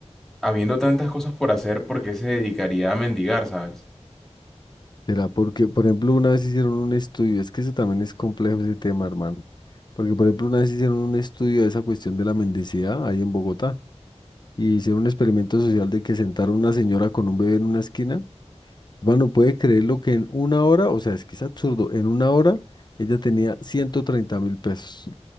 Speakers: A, in the centre; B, on the left (about 40°).
A: habiendo tantas cosas por hacer, ¿por qué se dedicaría a mendigar, sabes?
B: Será porque, por ejemplo, una vez hicieron un estudio, es que eso también es complejo ese tema, hermano. Porque, por ejemplo, una vez hicieron un estudio de esa cuestión de la mendicidad ahí en Bogotá. Y hicieron un experimento social de que sentaron una señora con un bebé en una esquina. Hermano, puede creer lo que en una hora, o sea, es que es absurdo, en una hora ella tenía ciento treinta mil pesos.